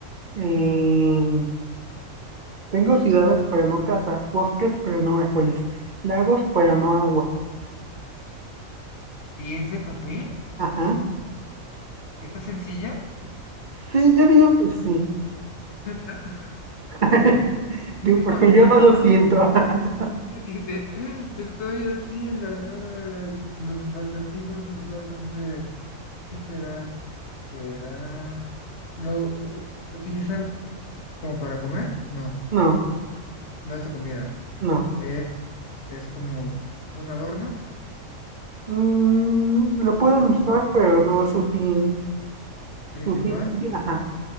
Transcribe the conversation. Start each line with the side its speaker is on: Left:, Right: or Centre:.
Right: Em, tengo ciudades pero no casa. Bosques pero no árboles. Lagos pero no agua.
Left: ¿Y es de papel?
Right: Ajá.
Left: ¿Está sencilla?
Right: Sí, yo digo que sí.
Left: <laughs>
Right: <laughs>
Left: Es, <laughs> no
Right: Digo, porque yo
Left: mames,
Right: no lo siento. <laughs>
Left: y de- estoy así en la nada. Los acertijos usualmente, ¿qué será? ¿Será? ¿Lo u- utilizan como para comer? No,
Right: No,
Left: no es de comida.
Right: no.
Left: Es, es como un adorno,
Right: Mm, lo pueden
Left: tampoco.
Right: usar pero no es su fin.
Left: principal
Right: Su fin. ti- Ajá.